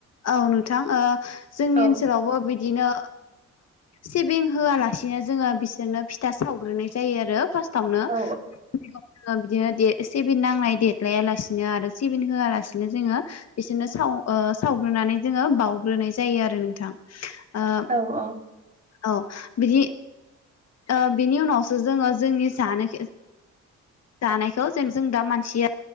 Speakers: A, on the left; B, on the right.
A: औ नोंथां ओ जोंनि
B: औ
A: ओनसोलावबो बिदिनो सिबिं होआलासिनो जोङो बिसोरनो फिथा सावग्रोनाय जायो आरो। फास्तावनो
B: औ
A: जोंओ बिदिनो दे एसे बे नांलनाय देटलाया लासिनो आरो सेभेन होआलासिनो जोङो बिसोरनो सा ओ सावग्रोनानै जोङो बाउग्रोनाय जायो आरो नोंथां। ओ
B: औ औ।
A: औ बिदि ओ बिनि उनावसो जोङो जोंनि जानो जानायखौ जेन जों दा मानसिया